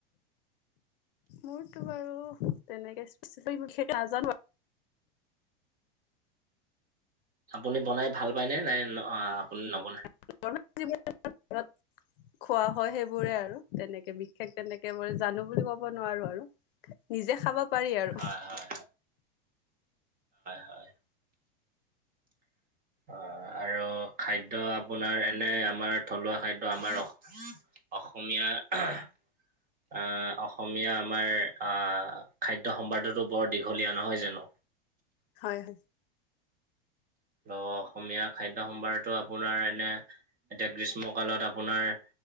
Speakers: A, on the left (about 65°); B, on the right (about 30°).
A: মোৰতো বাৰু তেনেকে প বিশেষ নাজানো আৰু।
B: আপুনি বনাই ভাল পায়নে নাই আপুনি অ নবনায়।
A: ঘৰত যিবিলাক খোৱা হয় সেইবোৰে আৰু। তেনেকে বিশেষ তেনেকে মই জানো বুলি ক'ব নোৱাৰো আৰু নিজে খাব। পাৰি আৰু
B: হয় হয় হয়। অ আৰু খাদ্য আপোনাৰ। নে আমাৰ থলুৱা খাদ্য আমাৰ অসমীয়া। আ অসমীয়া আমাৰ আহ খাদ্য সম্ভাদতো বৰ দীঘলীয়া নহয় জানো।
A: হয় হয়।
B: অ অসমীয়া খাদ্য সম্ভাৰতটো আপোনাৰ এনে। এতিয়া গ্ৰীষ্ম কালত আপোনাৰ